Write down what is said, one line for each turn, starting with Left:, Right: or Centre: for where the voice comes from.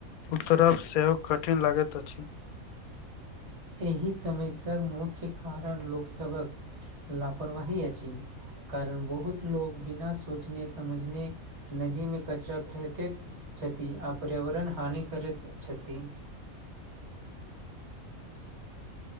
Left: उतरब सेहो कठिन लागैत अछि
Right: एहि समयसँ मुख्य कारण लोकसभक लापरवाही अछि कारण बहुत लोक बिना सोचने समझने नदीमे कचरा फेकैत छथि आ पर्यावरण हानि करैत छथि